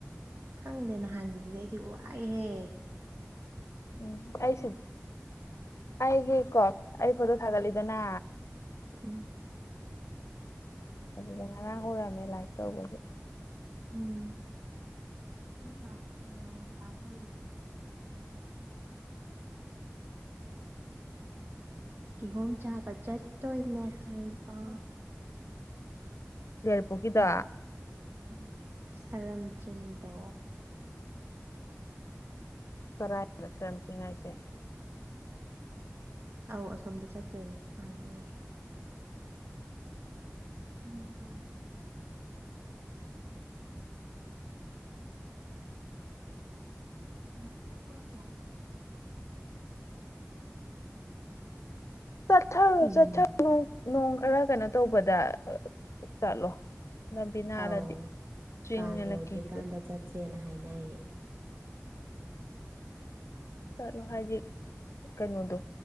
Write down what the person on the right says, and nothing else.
ꯈꯪꯗꯦ ꯅꯍꯥꯟꯒꯤꯗꯨꯗꯤ ꯑꯩꯗꯤ ꯋꯥꯏꯍꯦ
ꯎꯝ
ꯎꯝ ꯀ꯭ꯂꯥꯁ ꯀ꯭ꯂꯥꯁ ꯑꯧꯔꯤꯕꯣ <unintelligible> <unintelligible> ꯀꯤꯍꯣꯝ ꯆꯥꯕ ꯆꯠꯇꯣꯏꯅꯦ ꯍꯥꯏꯕ
ꯎꯝ ꯁꯥꯔꯝ ꯆꯤꯡꯗꯣ
ꯑꯧ ꯑꯁꯣꯝꯗ ꯆꯠꯇꯣꯏꯅꯦ ꯃꯥꯥꯟꯅꯩꯌꯦ ꯎꯝ <unintelligible>
ꯎꯝ
ꯑꯧ
ꯀꯥꯡ ꯌꯧꯗ꯭ꯔꯤꯀꯥꯟꯗ
ꯆꯠꯁꯦꯅ ꯍꯥꯏꯅꯩꯌꯦ